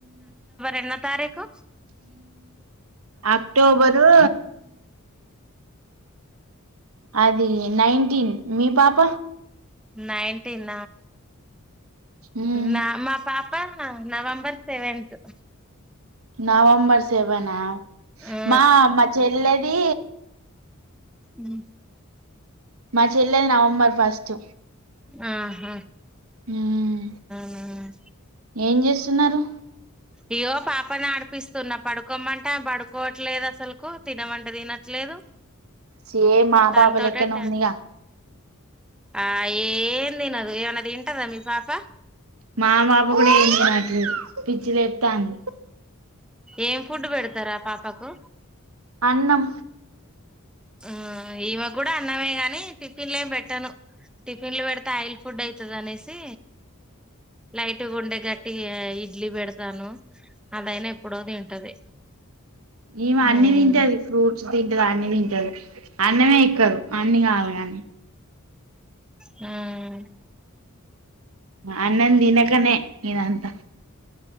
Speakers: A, in the centre; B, on the right.
A: ఎన్నో తారీఖు
B: అక్టోబరు అది నైన్టీన్ మీ పాప
A: నైన్టీన్
B: మ్మ్
A: నా మా పాప నవంబర్ సెవెంతత్
B: నవంబర్ సెవెనా
A: ఆ
B: మా మా చెల్లెది
A: మ్
B: మా చెల్లెది నవంబర్ ఫస్ట్
A: ఆ హా
B: మ్మ్
A: మ్...
B: ఏం చేస్తున్నారు
A: ఇయ్యో పాపని ఆడిపిస్తున్నా పడుకోమంటే ఆంవి పడుకోవట్లేదు అసలుకు తినమంట తినట్లేదు
B: సేమ్ మా
A: తన
B: పాప
A: తోటె
B: లెక్కనే
A: టై
B: ఉందిగా
A: ఆ ఏందినదు ఏమన దింటదా మీ పాప
B: మా పాప కూడా ఏం తినట్లేదు పి చ్చి లేపుతాంది
A: ఏం ఫుడ్ పెడతారా పాపకు
B: అన్నం
A: మ్ ఈమె గూడా అన్నామే గాని టిఫిన్లేం పెట్టాను టిఫిన్ లు పెడితే ఆయిల్ ఫుడ్ అయితది అనేసి లైట్ గ ఉండ గట్టి ఇడ్లీ బెడతాను అదైన ఎప్పుడో తింటది
B: ఈమె
A: మ్మ్
B: అన్ని తింటది ఫ్రూట్స్ తింటది అన్ని తింటది అన్నమే ఎక్కదు అన్ని కావాలి కాని
A: మ్
B: అన్నం దినకనే ఇదంత